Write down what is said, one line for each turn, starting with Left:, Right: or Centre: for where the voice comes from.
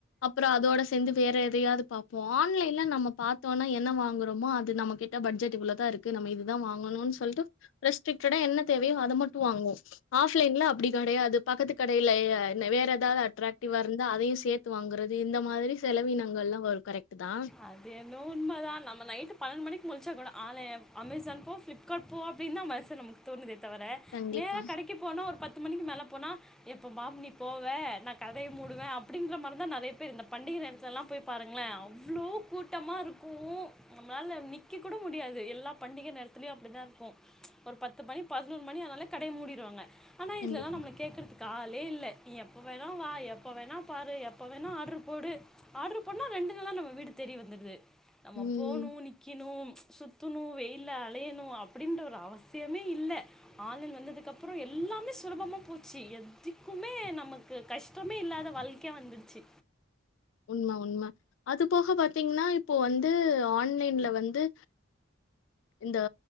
Left: அப்பறோ அதோட சேந்து வேற எதையாது பாப்போ ஆன்லைன்ல நம்ம பாத்தோனா என்ன வாங்குறோமோ அது நம்ம கிட் ட பட்ஜெட்டு குள்ள தா இருக்கு நம்ம இதுதா வாங்கணுன் சொல்ட்டு ரெஸ்ட்ரிக்டடா என்ன தேவையோ அத மட்டு வாங்குவோ ஆஃப்லைன்ல அப்டி கடையாதுப் பக்கத்து கடைய்ல யே என வேற் எதாவு அட்ராக்டிவா இருந்தா அதையு சேத்து வாங்குறது இந்த மாதிரி செலவினங்கள்லா வர் கரக்டு தா
Centre: அதென்னோ உண்மதா நம்ம நைட்டு பன்னெண்டு மணிக்கு முல்ச்சா கூட ஆனேம் அமேசான் போ ஃபிலிப் காட் போ அப்டின்னா மாசு நமல்க் தோணுதே தவர
Left: கண்டிப்பா,
Centre: நேரா கடைக்கி போனோ ஒரு பத்து மணிக்கு மேல போனா எப்ப பாம் நீ போவ நா கடைய மூடுவே அப்டிங்குற மாரி தா நறையா பேர் இந்த பண்டிக நேரத்துலலா போய் பாருங்களே அவ்ளோ கூட்டமா இருக்கூ நம்ளால நிக்க கூட முடியாது எல்லா பண்டிக நேரத்துலயு அப்படிதா இருக்கு ஒரு பத்து பணி பதினொரு மணி ஆனாலே கடைய மூடிருவாங்க ஆனா
Left: கண்டிப்பா.
Centre: இதுலலா நம்மள கேக்குறத்துக் காலே இல்லே நீ எப்ப வேணா வா எப்ப வேணா பாரு எப்ப வேணா ஆட்ரு போடு ஆட்ரு பண்ணா ரெண்டு நாள்ள நம்ம வீடு தேடி வந்துடுது நம்ம
Left: ம்.
Centre: போனு நி க்கினு சுத்துணு வெயில்ல அலையணு அப்டின்ற ஒரு அவசியமே இல்ல ஆன்லைன் வந்ததுக்கப்றோ எல்லாமே சுலபமா போச்சி எத்திக்குமே நமக் கு கஷ்டமே இல்லாத வழ்க்யா வந்துட்ச்சி
Left: உண்ம உண்ம அது போக பாத்தீங்னா இப்போ வந்து ஆன்லைன்ல வந்து இந்த